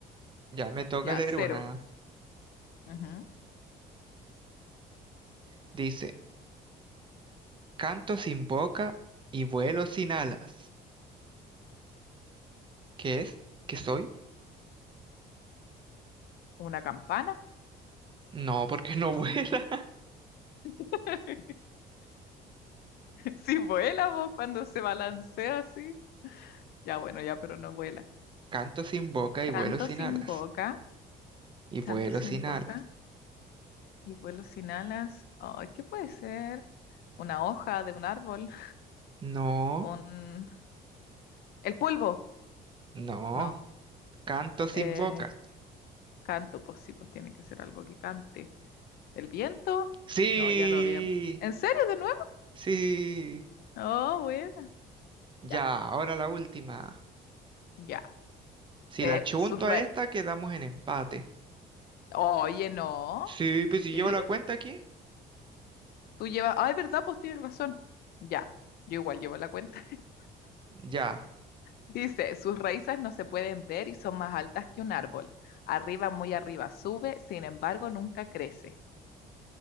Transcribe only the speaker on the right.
ya me toca
leer
una.
Dice, canto sin boca y vuelo sin alas. ¿Qué es? ¿Qué soy?
No, porque no <laughs> vuela.
Canto sin boca y
vuelo sin
alas.
Y vuelo
sin
alas.
No,
no.
Canto sin
boca.
Sí,
sí.
Ya,
ahora la última.
Si
la chunto
a esta, quedamos en empate.
Sí, pues
si llevo la cuenta aquí.
Ya.